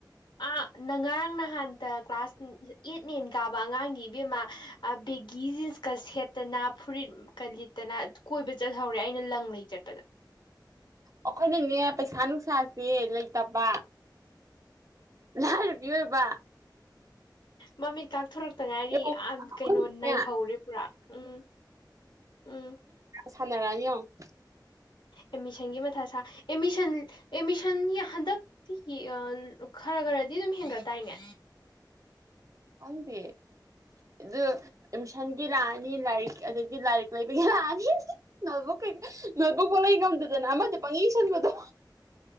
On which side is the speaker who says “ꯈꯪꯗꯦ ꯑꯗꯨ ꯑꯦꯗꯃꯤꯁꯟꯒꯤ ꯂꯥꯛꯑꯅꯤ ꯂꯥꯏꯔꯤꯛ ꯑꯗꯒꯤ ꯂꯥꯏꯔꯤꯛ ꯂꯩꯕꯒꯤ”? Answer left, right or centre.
Right